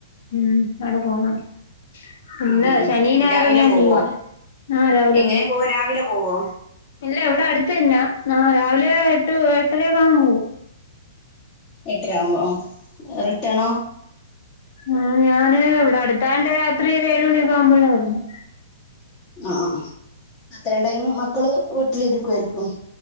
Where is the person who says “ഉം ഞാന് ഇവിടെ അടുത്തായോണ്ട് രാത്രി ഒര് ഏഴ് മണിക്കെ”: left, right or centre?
Left